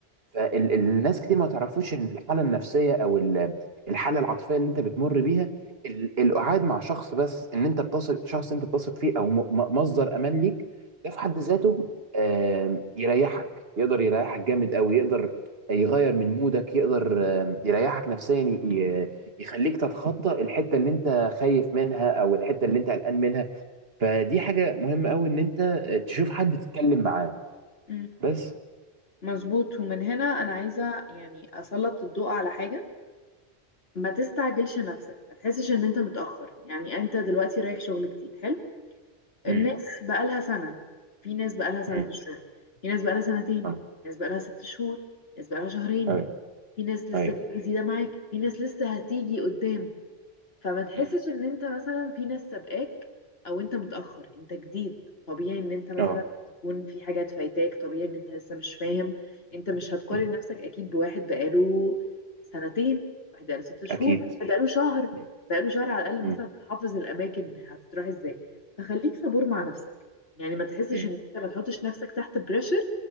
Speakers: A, on the right (about 65°); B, on the left (about 65°).
A: فالناس كتير ما تعرفوش ان الحاله النفسيه او ال- الحاله العاطفيه اللي انت بتمر بيها ال- القعاد مع شخص بس ان انت بتثق شخص انت بتثق فيه او م- م- مصدر امان ليك ده في حد ذاته آم، يريحك يقدر يريحك جامد قوي يقدر يغير من مودك يقدر آم، يريحك نفسيا ي- يخليك تتخطى الحته اللي انت خايف منها او الحته اللي انت قلقان منها فدي حاجه مهمه قوي ان انت تشوف حد تتكلم معاه
B: مم.
A: بس
B: مظبوط ومن هنا انا عايزه يعني اسلط الضوء على حاجه ما تستعجلش نفسك ما تحسش ان انت متأخر يعني انت دلوقتي رايح شغل جديد حلو
A: امم
B: الناس بقالها سنة في ناس بقالها سنة
A: امم
B: في الشغل في ناس بقالها سنتين
A: اه
B: ناس بقالها ست شهور ناس بقالها شهرين
A: ايوه
B: في ناس لسه
A: أيوة.
B: جايه جديده معاك في ناس لسه هتيجي قدام فما تحسش
A: مم.
B: ان انت مثلا في ناس سابقاك او انت متاخر انت جديد طبيعي ان انت مثلا
A: اه
B: تكون في حاجات فايتاك طبيعي ان انت لسه مش فاهم انت مش هتقارن
A: مم.
B: نفسك اكيد بواحد بقاله سنتين واحد بقاله ست شهور
A: اكيد
B: واحد بقاله شهر
A: مم.
B: بقاله شهر على الاقل
A: مم.
B: مثلا حافظ الاماكن هتتراح ازاي فخليك صبور مع نفسك يعني ما تحسش
A: مم.
B: ان انت ما تحطش نفسك تحت بريشر